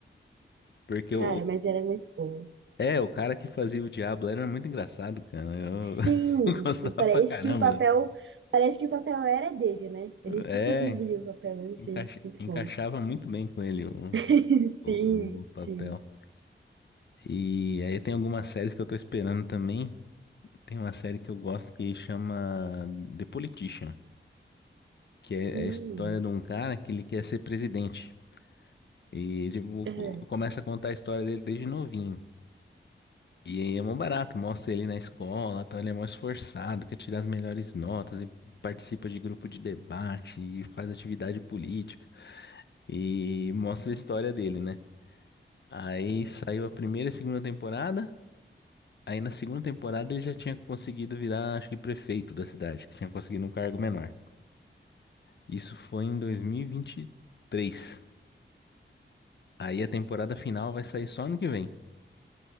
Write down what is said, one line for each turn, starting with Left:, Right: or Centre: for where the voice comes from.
Left: Porque
Right: Cara,
Left: o,
Right: mas era muito boa.
Left: é, o cara que fazia o Diablo era muito engraçado, cara. Eu, <laughs>
Right: Sim,
Left: eu gostava
Right: tipo, parece
Left: pra caramba.
Right: que o papel, parece que o papel era dele, né? Ele super
Left: É,
Right: o papel, assim,
Left: encaixa-
Right: muito
Left: encaixava
Right: bom.
Left: muito bem com ele o,
Right: <laughs>
Left: o,
Right: Sim,
Left: o papel.
Right: sim.
Left: E aí tem algumas séries que eu tô esperando também. Tem uma série que eu gosto que chama The Politician, que é
Right: Hum,
Left: a história de um cara que ele quer ser presidente. E tipo,
Right: é.
Left: co- começa a contar a história dele desde novinho. E aí é mó barato, mostra ele na escola, tal, ele é mó esforçado, quer tirar as melhores notas e participa de grupo de debate e faz atividade política. E mostra a história dele, né? Aí saiu a primeira e a segunda temporada. Aí na segunda temporada ele já tinha conseguido virar, acho que prefeito da cidade, que tinha conseguido um cargo menor. Isso foi em 2023. Aí a temporada final vai sair só ano que vem.